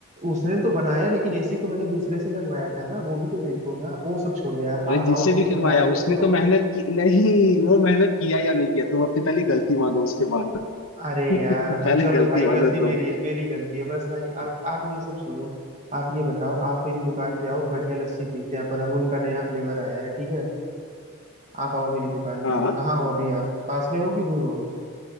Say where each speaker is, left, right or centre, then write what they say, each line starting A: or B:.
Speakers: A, on the right; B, on the left.
A: उसने तो बनाया लेकिन एसी तो मैंने दूसरे से लगवाया था ना वो भी तो देखो ना वो सब छोड़ो यार
B: अरे
A: आप
B: जिससे
A: आओ मेरी
B: भी करवाया
A: दुकान पर
B: उसने
A: सुनो
B: तो मेहनत की नहीं वो मेहनत किया या नहीं किया तुम अपनी पहले गलती मानो उसके बाद
A: अरे
B: <laughs>
A: यार भा,
B: पहले
A: चलो
B: गलती
A: भाई गलती
B: मानो तुम
A: मेरी है मेरी गलती है बस भाई आप आप ये सब छोड़ो आप ये बताओ आप मेरी दुकान पे आओ बढ़िया लस्सी पीते हैं अपन अमूल का नया फ्लेवर आया है ठीक है आप आओ मेरी दुकान
B: हाँ
A: पे कहाँ हो अभी आप पास में हो कि दूर हो